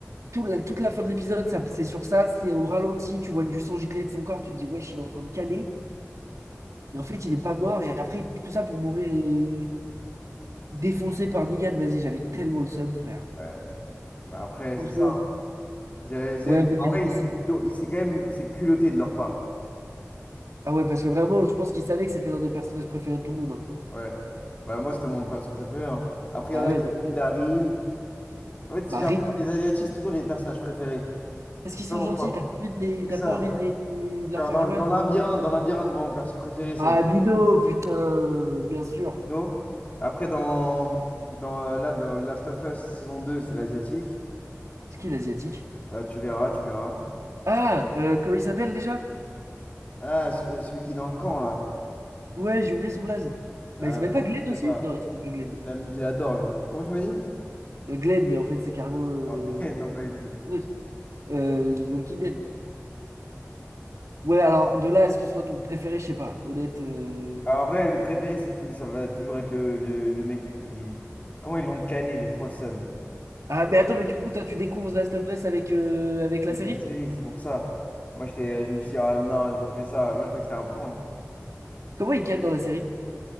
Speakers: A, on the right; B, on the left.
A: tout la- toute la fin de l'épisode, ça, c'est sur ça, c'est au ralenti, tu vois du sang gicler de son corps, tu te dis, wesh, il est en train de caner. Et en fait, il est pas mort, et après, tout ça pour mourir euh, défoncé par Negan. Vas-y, j'avais tellement le seum, frère.
B: Ouais. Bah après,
A: Franchement,
B: c'est ça. hein. J'ai- c'est-
A: ouais, mais
B: En vrai,
A: vas-y,
B: ils-
A: c'est-
B: ils l'ont- ils- c'est quand même c'est culotté de leur part.
A: Ah ouais, parce que vraiment, je pense qu'ils savaient que c'était l'un des personnages préférés de tout le monde. hein.
B: Ouais. Bah moi, c'était mon perso préféré. hein. Après,
A: Ah
B: il y en a
A: ouais,
B: qui.
A: normal.
B: Daryl. En fait,
A: Bah,
B: si j'ai
A: Rick,
B: l'impression que les Asiatiques, c'est toujours les personnages préférés.
A: parce qu'ils sont
B: Je sais pas pourquoi.
A: gentils, t'as pas envie de les... t'as
B: C'est ça.
A: pas envie de les- de leur
B: Genre,
A: faire
B: dans,
A: du mal.
B: dans Labyrinthe, dans Labyrinthe, moi, mon perso préféré, c'est
A: Ah,
B: le
A: Mino, putain, bien sûr.
B: Dino. Après, dans, dans, euh, là, dans Last of Us saison 2 c'est l'Asiatique.
A: C'est qui l'asiatique?
B: Bah, tu verras, tu verras.
A: Ah, euh, comment il s'appelle déjà?
B: Ah, ce- euh, celui qui est dans le camp, là.
A: Ouais, j'ai oublié son blaze. Bah,
B: Euh,
A: il s'appelle
B: franchement,
A: pas Glenn
B: je sais
A: aussi?
B: pas.
A: Non, il s'appelle pas Glenn.
B: Je l'aime- je l'adore, lui. Comment tu m'as dit?
A: Euh, Glenn, mais en fait, c'est carrément. Euh...
B: Ok, <laughs> non, pas du tout.
A: euh, euh, Walking Dead. Ouais, alors, de là à ce que ce soit ton préféré, je sais pas. Honnête. euh.
B: En vrai, le préféré, c'est tout, ça va toujours être le, le, le mec qui. Comment ils l'ont canné, j'ai trop le seum.
A: Ah, mais attends, mais du coup, toi, tu découvres The Last of Us avec, euh, avec la
B: Avec
A: série?
B: la série, c'est pour ça. Moi, j'étais, je me suis dit, ah non, ils ont pas fait ça. Moi, je croyais que c'était un prank.
A: Comment ils cadrent dans la série?